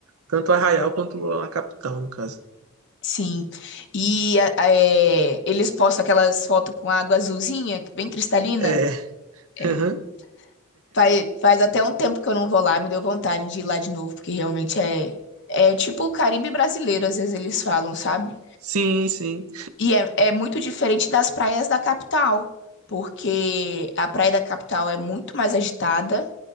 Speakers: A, on the right; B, on the left.
A: tanto Arraial quanto a capital, no caso.
B: Sim. E a- a- é, eles postam aquelas fotos com água azulzinha, bem cristalina.
A: É.
B: É,
A: <laughs> aham.
B: Faz, faz até um tempo que eu não vou lá, me deu vontade de ir lá de novo, porque realmente é, é tipo o Caribe brasileiro, às vezes eles falam, sabe?
A: Sim, sim,
B: E é, é muito diferente das praias da capital, porque a praia da capital é muito mais agitada.